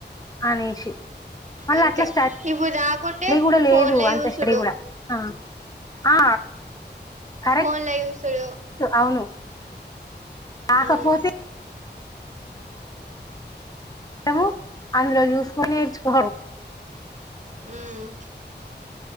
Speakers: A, on the left; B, on the right.
A: అనేసి మళ్ళీ
B: అంతే
A: అట్లా స్ట
B: ఇప్పుడు రాకుంటే
A: స్టడీ కూడా లేదు
B: ఫోన్ల
A: అంత
B: చూసుడు
A: స్టడీ కూడా ఆ ఆ కరెక్ట్
B: ఫోన్ల చూస్ సోల్లు
A: అవును కాకపోతే
B: మ్మ్
A: ఏమో అందులో చూసుకుని నేర్చుకో
B: హ్మ్